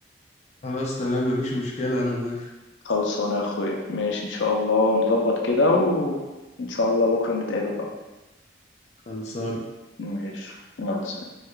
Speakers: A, on the left (about 35°); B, on the left (about 85°).
A: خلاص تمام مفيش مشكلة أنا موافق
B: خلصانه يا اخويا ماشي ان شاء الله نظبط كده وان شاء الله بكره نتقابل بقى
A: خلصان
B: ماشي يلا سلام.